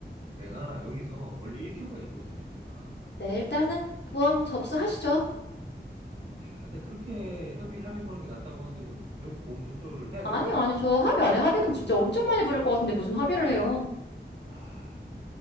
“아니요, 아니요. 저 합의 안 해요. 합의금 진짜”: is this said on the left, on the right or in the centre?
Left